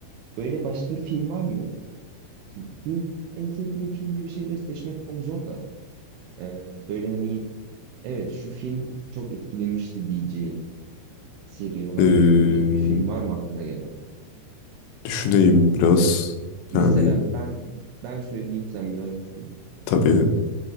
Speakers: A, on the right (about 75°); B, on the left (about 85°).
A: Böyle başka film var mı? Şimdi film, en sevdiğim film gibi şeyleri seçmek çok zor da. Ee, böyle hani evet şu film çok etkilemişti diyeceğin. seri olarak
B: Eee,
A: değil de bir film var mı aklına gelen?
B: düşüneyim biraz.
A: Mesela
B: Yani
A: ben ben söyleyeyim sen biraz düşün. Ee,
B: Tabii